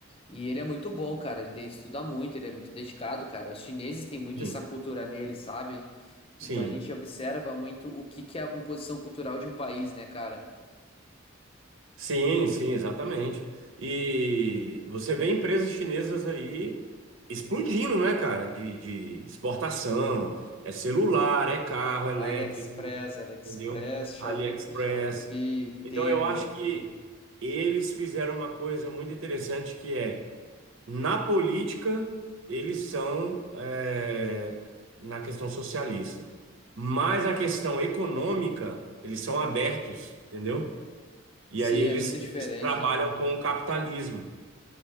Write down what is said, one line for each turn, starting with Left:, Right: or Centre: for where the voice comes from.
Left: E ele é muito bom, cara. Ele de- estuda muito, ele é muito dedicado, cara. Os chineses têm muito
Right: sim,
Left: essa cultura neles, sabe?
Right: sim.
Left: Então a gente observa muito o que que é a imposição cultural de um país, né, cara?
Right: Sim, sim, exatamente. E você vê empresas chinesas aí explodindo, né, cara? De, de exportação, é celular, é carro elétrico,
Left: AliExpress, AliExpress,
Right: entendeu?
Left: Shop,
Right: AliExpress.
Left: Shopee,
Right: Então
Left: Temu.
Right: eu acho que eles fizeram uma coisa muito interessante que é, na política, eles são é, na questão socialista, mas na questão econômica, eles são abertos, entendeu? E
Left: Sim,
Right: aí eles,
Left: é muito diferente,
Right: eles trabalham
Left: né?
Right: com o capitalismo.